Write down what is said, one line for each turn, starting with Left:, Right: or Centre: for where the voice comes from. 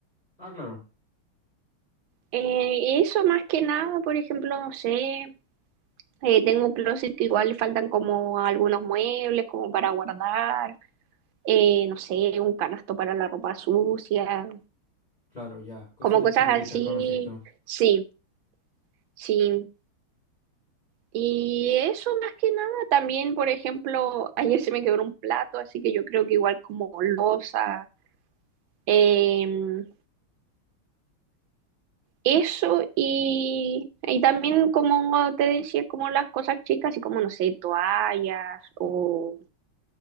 Left: Ah, claro,
Right: Eh, eso más que nada, por ejemplo, no sé, eh, tengo un closet que igual le faltan como algunos muebles como para guardar, eh, no sé, un canasto para la ropa sucia,
Left: claro, ya. Cositas
Right: como cosas
Left: chiquititas,
Right: así,
Left: como decís tú.
Right: sí, sí. Y eso más que nada, también, por ejemplo, ayer se me quebró un plato, así que yo creo que igual como losa, em, eso y, y también como te decía, como las cosas chicas, y como, no sé, toallas o,